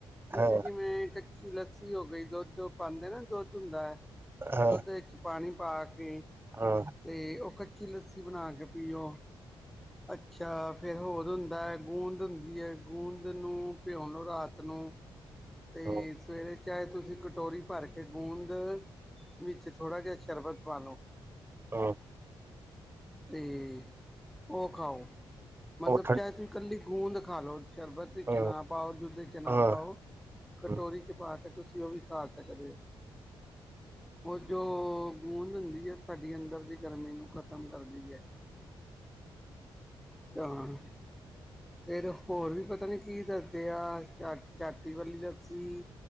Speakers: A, in the centre; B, on the right.
A: ਤੁਸੀਂ
B: ਹਾਂ
A: ਜਿਵੇਂ ਕੱਚੀ ਲੱਸੀ ਹੋ ਗਈ ਦੁੱਧ ਪਾਂਦੇ ਨਾ, ਦੁੱਧ ਹੁੰਦੈ ਹੈ
B: ਹਾਂ,
A: ਦੁੱਧ ਵਿੱਚ ਪਾਣੀ ਪਾ ਕੇ।
B: ਹਾਂ,
A: ਤੇ ਉਹ ਕੱਚੀ ਲੱਸੀ ਬਣਾ ਕੇ ਪੀਓ, ਅੱਛਾ ਫੇਰ ਹੋਰ ਹੁੰਦੈ, ਗੂੰਦ ਹੁੰਦੀ ਏ, ਗੂੰਦ ਨੂੰ ਭਿਓ ਨੂੰ ਰਾਤ ਨੂੰ, ਤੇ
B: ਹਾਂ,
A: ਸਵੇਰੇ ਚਾਹੇ ਤੁਸੀਂ ਕਟੋਰੀ ਭਰ ਕੇ ਗੂੰਦ, ਵਿੱਚ ਥੋੜ੍ਹਾ ਜਿਹਾ ਸ਼ਰਬਤ ਪਾ ਲਉ।
B: ਆਹ <inaudible>
A: ਤੇ ਉਹ ਖਾਓ, ਮਤਲਬ
B: ਉਹ
A: ਚਾਹੇ ਤੁਸੀਂ ਕੱਲੀ ਗੂੰਦ ਖਾ ਲੋ ਸ਼ਰਬਤ ਚ
B: ਹਾਂ,
A: ਨਾ ਪਾਓ ਦੁੱਧ ਚ ਨਾ
B: ਹਾਂ,
A: ਪਾਓ ਕਟੋਰੀ
B: ਹਾਂ,
A: ਚ ਪਾਓ। ਤਾਂ ਕੇ ਤੁਸੀਂ ਉਹ ਵੀ ਖਾ ਸਕਦੇ ਓ।
B: <unintelligible>
A: ਓ ਜੋ ਗੂੰਦ ਹੁੰਦੀ ਐ, ਸਾਡੀ ਅੰਦਰ ਦੀ ਗਰਮੀ ਨੂੰ ਖ਼ਤਮ ਕਰਦੀ ਹੈ।
B: <unintelligible>
A: ਆਹ ਫਿਰ ਹੋਰ ਵੀ ਪਤਾ ਨੀ ਕੀ ਦੱਸਦੇ ਆ, ਚਾ ਚਾਤੀ ਵਾਲੀ ਲੱਸੀ